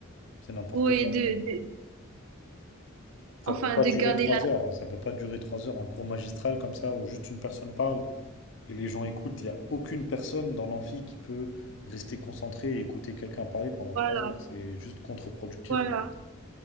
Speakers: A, on the left; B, on the right.
A: C'est n'importe
B: ouais,
A: quoi.
B: de, de-
A: Ça
B: enfin,
A: peut pas
B: de
A: durer
B: garder
A: trois
B: la,
A: heures. Ça peut pas durer trois heures. Un cours magistral comme ça, où juste une personne parle et les gens écoutent. Il n'y a aucune personne dans l'amphi qui peut rester concentrée et écouter quelqu'un parler pendant
B: voilà,
A: trois heures. C'est juste contre-productif.
B: voilà.
A: hein.